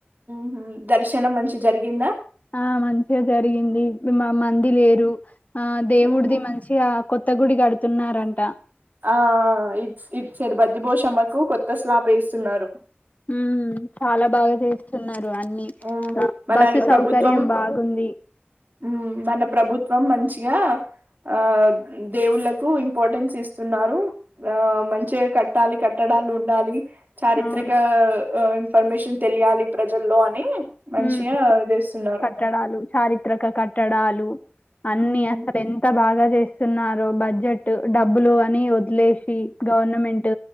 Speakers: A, on the right; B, on the left.
A: మ్ దర్శనం మంచి జరిగిందా
B: ఆ మంచిగా జరిగింది మంది లేరు ఆ దేవుడిది
A: ఓహో
B: మంచిగా కొత్త గుడి కడుతున్నారంట
A: ఆ ఇ ఇది చిరి బద్ది భోషమ్మకు కొత్త స్లాప్ వేస్తున్నారు
B: ఉమ్ చాలా బాగా చేస్తున్నారు అన్ని
A: ఊమ్
B: ఆ
A: మన
B: బస్సు సౌకర్యం
A: ప్రభుత్వం
B: బాగుంది
A: ఊమ్ మన ప్రభుత్వం మంచిగా ఆ దేవుళ్ళకు ఇంపార్టెన్స్ ఇస్తున్నారు ఆ మంచిగా కట్టాలి కట్టడాలు ఉండాలి చారిత్రక
B: అవును
A: ఇన్ఫర్మేషన్ తెలియాలి ప్రజల్లో అని మంచిగా
B: ఉమ్
A: చేస్తున్నారు
B: కట్టడాలు చారిత్రక కట్టడాలు అన్ని
A: ఊమ్
B: అసలు ఎంత బాగా చేస్తున్నారు బడ్జెట్ డబ్బులు అని వదిలేసి గవర్నమెంట్